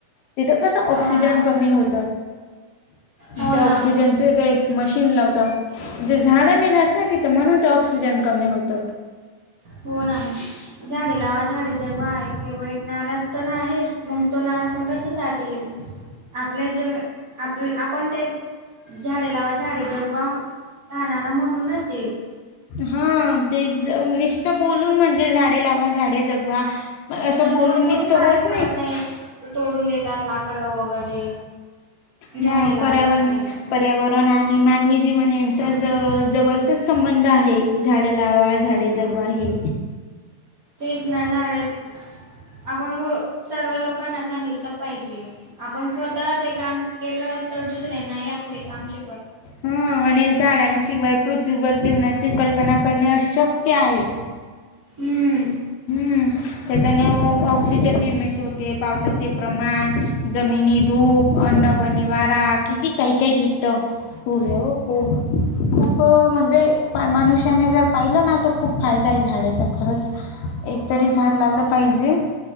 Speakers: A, on the left; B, on the right.
A: तिथं कसं ऑक्सिजन
B: हो ना,
A: कमी होत
B: हो
A: त्या
B: ना,
A: ऑक्सिजनच मशी लाव झाड नाही राहत ना तिथ म्हणून ऑक्सिजन कमी होत
B: हो नाम झाडे लावा झाडे जगव आहे केवळ एक नारज तर आहेच मगतो ना पण कशासाठी आपलं जग आपलं आपण ते झाडे लावा झाडे जगवा राहणारा म्हणूनच ये
A: हा ते निश्त बोलून म्हणजे झाडे लावा झाडे जगवा असं
B: तर
A: बोलून
B: पण कोणी
A: निसत
B: काळजी
A: होत
B: करत नाही तोडून देतात लाकडं वगैरे
A: मग
B: झाडे लावत नाही.
A: पर्यावरण आणि मानवी जीवन यांचा ज संबंध आहे झाडे लावा झाडे जगवा हे
B: तेच नाही झाले आपण सर्व लोकांना सांगितलं पाहिजे आपण स्वतः ते काम के तर दुसऱ्यांनाही आपणम श
A: ह आणि झाडांशिवाय पृथ्वीवर जेवनाची कल्पना करणे अशक्य काय
B: हम
A: हम्म त्याच्याने ऑक्सिजन निर्मित होते पावसाचे प्रमाण म जमिनी धूप अन्न बनिवारा किती काही काही भेटतं. होर हो हो हो म्हणजे मनुष्याने जर पाहिलं ना तर खूप फायदा आय झाडाचा खरंच. एकतरी झाड लावलं पाहिजे.